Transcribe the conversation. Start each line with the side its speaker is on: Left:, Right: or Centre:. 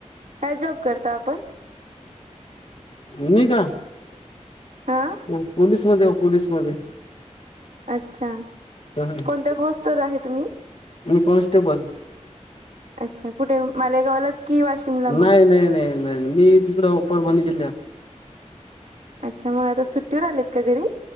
Right: काय जॉब करता आपण
Left: मीं का
Right: हा
Left: हो पोलिसमध्ये हाव पोलीसमध्ये.
Right: अच्छा
Left: मी
Right: कोणत्या पोस्ट वर आहे तुम्ही
Left: कॉन्स्टेबल
Right: अच्छा कुठे मालेगावलाच की वाशिमला मग
Left: नाही नाही नाही नाही मी तिकड परभणी जिल्ह्यात
Right: अच्छा मग आता सुट्टीवर आलेत का घरी